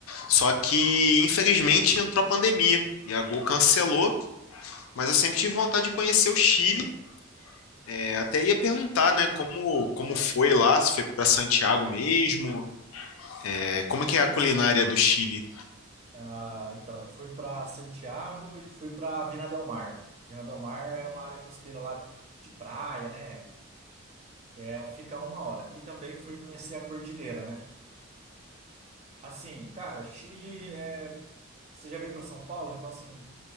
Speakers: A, on the left (about 75°); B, on the right (about 30°).
A: Só que, infelizmente, entrou a pandemia e a Gol cancelou, mas eu sempre tive vontade de conhecer o Chile É, até ia perguntar, né, como, como foi lá, se foi para Santiago mesmo, é, como que é a culinária do Chile?
B: Ah, então, eu fui para Santiago e fui para Vina del Mar. Vina del Mar é uma área costeira lá de praia, né? É, fica a uma hora. E também fui conhecer a cordilheira, né? Assim, cara, Chile é. Você já veio para São Paulo? Então, assim,